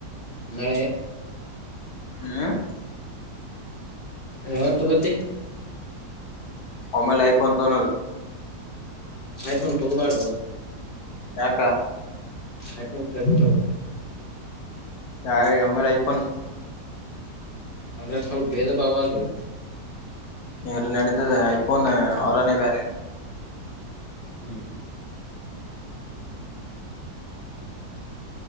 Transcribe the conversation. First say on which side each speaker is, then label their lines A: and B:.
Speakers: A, on the left; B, on the left.
A: ಹೇ
B: ಹ
A: ಯಾವತ್ತೂ ತಗೋತಿ
B: ಒಮ್ಮೈಲೆ ಐಫೋನ್ ತೊಗೊಲೊದು
A: ಐಫೋನ್ ತಗೋಬಾಡೋ
B: ಯಾಕ
A: ಐಫೋನ್ ಸರಿ ಇಲ್ಲ ಅವು
B: ಹಾ ಎಮ ಎಲ್ ಐಫೋನ್
A: ಅಂದ್ರೆ ಸ್ವಲ್ಪ ಬೇದ ಭಾವ ಅದೋ
B: ಇಲ್ಲಿ ನೆಡೆತದ ಐಫೋನ್ ಅವರಾನೆ ಬೇರೆ
A: ಹೂ